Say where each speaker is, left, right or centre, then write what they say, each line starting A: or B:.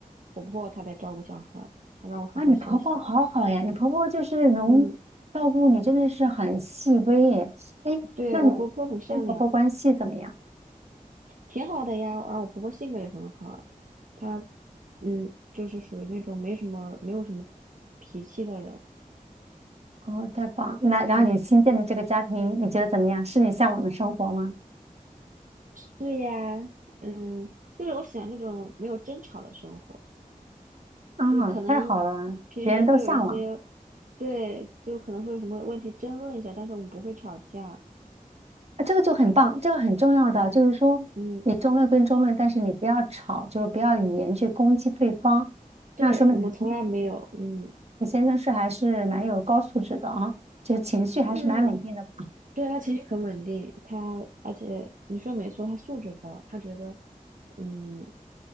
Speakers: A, on the right; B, on the right.
A: 婆婆她在照顾小孩儿，她让我好好休息。
B: 啊，你婆婆好好呀，你婆婆就是能照顾你，
A: 嗯，
B: 真的是很细微耶。哎，
A: 对，
B: 那你
A: 我婆婆很善良，
B: 跟婆婆关系怎么样？
A: 挺好的呀，而我婆婆性格也很好，她嗯，就是属于那种没什么没有什么脾气的人。
B: 哦，太棒！那然后你新建的这个家庭，
A: 嗯，
B: 你觉得怎么样？是你向往的生活吗？
A: 是呀，嗯，就是我喜欢这种没有争吵的生活，
B: 啊，
A: 就是可能平时会有一些，
B: 太好了，别人都向往，
A: 对，就可能会有什么问题争论一下，但是我们不会吵架，
B: 啊，这个就很棒，这个很重要的就是说，
A: 嗯嗯，
B: 你争论跟争论，但是你不要吵，就是不要语言去攻击对方。
A: 对，
B: 那说明你先
A: 我们从来没有，嗯
B: 你先生是还是蛮有高素质的啊，就是情绪还是蛮稳定的。
A: 嗯，对，他情绪很稳定，他而且你说没错，他素质高，他觉得，嗯，